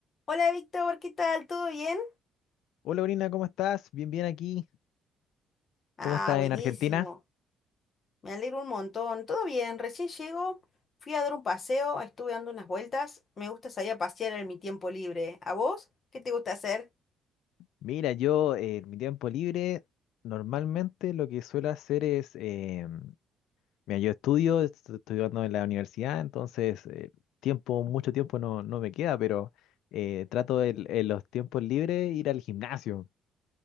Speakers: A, on the left (about 45°); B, on the left (about 80°).
A: Hola Víctor, ¿qué tal? ¿Todo bien?
B: Hola, Brina, ¿cómo estás? Bien, bien aquí.
A: Ah,
B: ¿Cómo estás
A: buenísimo.
B: en Argentina?
A: Me alegro un montón. Todo bien, recién llego, fui a dar un paseo, estuve dando unas vueltas. Me gusta salir a pasear en mi tiempo libre. ¿A vos? ¿Qué te gusta hacer?
B: Mira, yo eh, en mi tiempo libre normalmente lo que suelo hacer es, eh, mira, yo estudio, estoy estudiando en la universidad, entonces eh, tiempo, mucho tiempo no, no me queda, pero eh, trato el- en los tiempos libres ir al gimnasio.